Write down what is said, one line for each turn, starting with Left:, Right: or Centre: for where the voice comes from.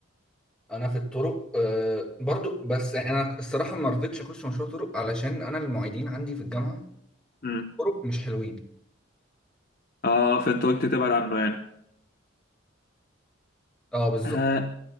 Centre: أنا في الطرق آه برضو بس أنا الصراحة ما رضيتش أخش مشروع طرق علشان أنا المعيدين عندي في الجامعة
Left: امم
Centre: طرق مش حلوين
Left: اه فانت قلت تبعد عنه يعني
Centre: أه بالظبط
Left: آه